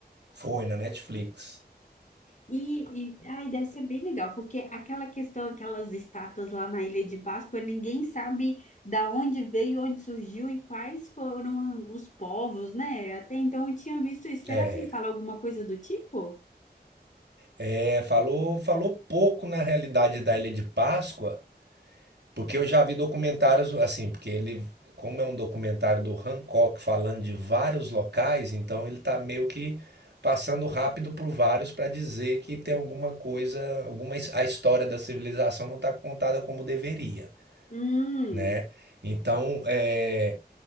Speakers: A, on the right (about 80°); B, on the left (about 45°).
A: Foi na Netflix.
B: E, e ai, deve ser bem legal, porque aquela questão, aquelas estátuas lá na Ilha de Páscoa, ninguém sabe da onde veio, onde surgiu e quais foram os povos, né? Até então eu tinha visto isso. Será
A: É,
B: se ele fala alguma coisa do tipo?
A: É, falou, falou pouco na realidade da Ilha de Páscoa, porque eu já vi documentários assim, porque ele, como é um documentário do Hancock falando de vários locais, então ele tá meio que passando rápido por vários para dizer que tem alguma coisa, alguma his- a história da civilização não está contada como deveria,
B: Hum,
A: né? Então, é,